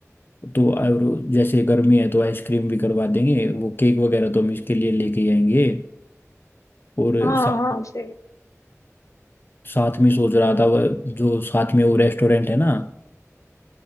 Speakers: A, on the left; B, on the left.
A: तो और जैसे गर्मी है तो आइसक्रीम भी करवा देंगे वो केक वगैरह तो हम इसके लिए लेके ही आएंगे और
B: हाँ
A: साथ
B: हाँ जी
A: साथ में सोच रहा था वह जो साथ में वो रेस्टोरेंट है ना